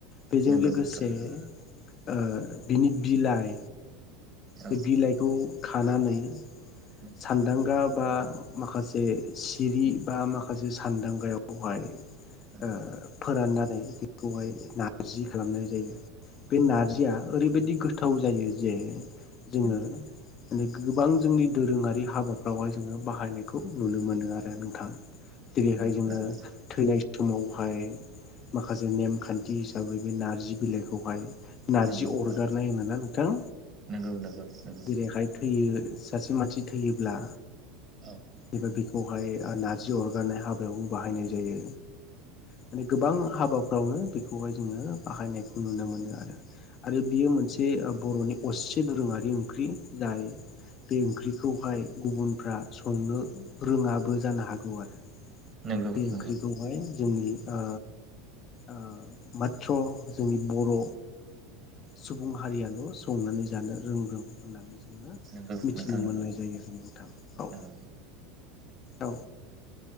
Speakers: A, on the left; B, on the right.
A: बेजों
B: नंगौ
A: लोगोसे
B: नोंथां नंगौ
A: ओ बिनि बिलाइ
B: औ
A: बे बिलाइखौ खानानै
B: नंगौ
A: सान्दांगा बा माखासे सिरि बा माखासे सानदांगायावहाय
B: नंगौ
A: ओ
B: नंगौ
A: फोराननानै बेखौहाय नारजि खालामनाय जायो। बे नारजिया ओरैबायदि गोथाव जायो जे जोङो
B: नोंथां
A: मानि गोबां जोंनि दोरोङारि हाबाफ्रावहाय जोङो बाहायनायखौ नुनो मोनो आरो नोंथां। जेरैहाय
B: नंगौ
A: जोङो
B: नंगौ
A: थैनाय समावहाय माखासे नेमखान्थि हिसाबै बे नारजि बिलाइखौहाय नारजि
B: नंगौ
A: अरगारनाय
B: औ
A: होनोना नोंथां
B: नंगौ नंगौ नंगौ
A: जेरैहाय थैयो सासे मानसि थैयोब्ला
B: औ
A: एबा बि आवहाय ओ नार्जि अरगारनाय हाबायावबो बाहायनाय जायो माने गोबां हाबाफ्रावनो बेखौहाय जोङो बाहायनायखौ नुनो मोनो आरो। आरो बियो
B: नंगौ
A: मोनसे
B: नोंथां
A: ओ बर'नि असे दोरोङारि ओंख्रि जाय बे ओंख्रिखौहाय गुबुनफ्रा संनो रोङाबो जानो हागौ आरो।
B: नंगौ
A: बे ओंख्रिखौहाय
B: नंगौ
A: जोंनि ओ ओ माथ्र' जोंनि बर' सुबुं हारियाल' संनानै जानो रोंगौ होननानै जों ङो
B: नंगौ नंगौ
A: मिथिनो
B: नोंथां नंगौ
A: मोननाय जायो आरो नोंथां औ।
B: नंगौ
A: औ